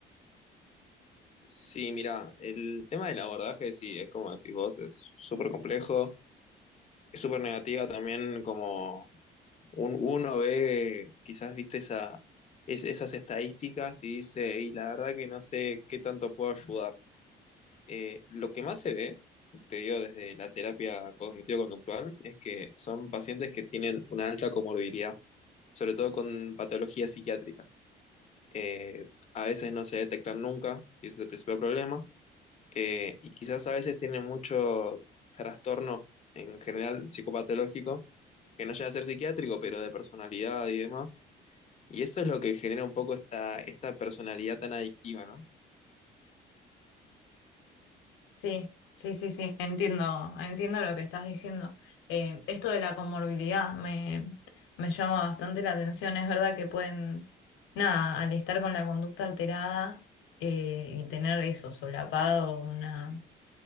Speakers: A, on the left; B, on the left.
A: Sí, mira, el tema del abordaje, sí, es como decís vos, es súper complejo, es súper negativa también, como un, uno ve, quizás viste esa, es- esas estadísticas y dice, y la verdad que no sé qué tanto puedo ayudar. Eh, lo que más se ve, te digo desde la terapia cognitivo-conductual, es que son pacientes que tienen una alta comorbilidad, sobre todo con patologías psiquiátricas. eh, a veces no se detectan nunca y ese es el principal problema. Eh, y quizás a veces tienen mucho trastorno en general psicopatológico que no llega a ser psiquiátrico, pero de personalidad y demás. Y eso es lo que genera un poco esta, esta personalidad tan adictiva, ¿no?
B: Sí, sí, sí, sí, entiendo, entiendo lo que estás diciendo. Eh, esto de la comorbilidad me, me llama bastante la atención. Es verdad que pueden, nada, al estar con la conducta alterada eh, y tener eso, solapado, una